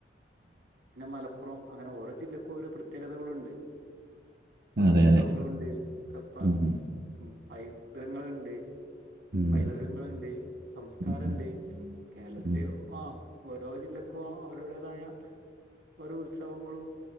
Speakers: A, on the right; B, on the right.
A: പിന്നെ മലപ്പുറം അങ്ങനെ ഓരോ ജില്ലക്കും ഓരോ പ്രത്യേകതകളുണ്ട്. ഓരോ
B: അതെ
A: ഉത്സവങ്ങളുണ്ട്.
B: അതെ
A: ഓരോ പ
B: ഉം.
A: പൈതൃങ്ങളുണ്ട്.
B: ഉം.
A: പൈതൃകങ്ങളുണ്ട്. സംസ്കാരണ്ട്.
B: ഉം.
A: കേരളത്തില്
B: ഉം.
A: ആ, ഓരോ ജില്ലക്കും. ഇപ്പൊ അവരുടേതായ ഓരോ ഉത്സവങ്ങളും.